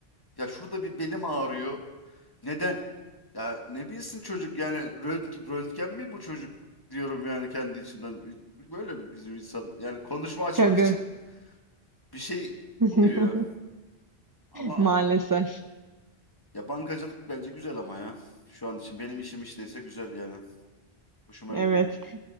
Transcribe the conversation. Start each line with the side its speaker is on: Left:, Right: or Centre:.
Left: Ya şurada bir belim ağrıyor. Neden? Ya ne bilsin çocuk yani röntgen, röntgen mi bu çocuk diyorum yani kendi içimden. Böyle bizim insan yani konuşma açmak
Right: <laughs> Tabii.
Left: için bir şey
Right: <laughs>
Left: buluyor. Ama
Right: Maalesef.
Left: ya bankacılık bence güzel ama ya. Şu an için benim işim işteyse güzel yani. Hoşuma
Right: Evet.
Left: gidiyor.